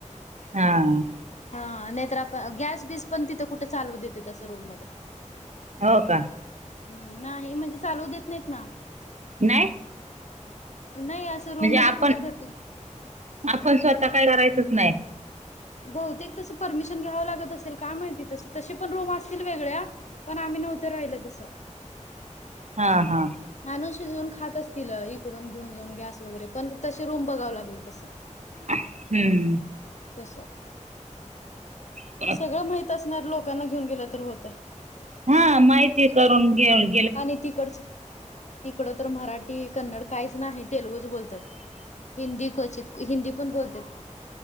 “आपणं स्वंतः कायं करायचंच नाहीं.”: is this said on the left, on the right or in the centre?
Right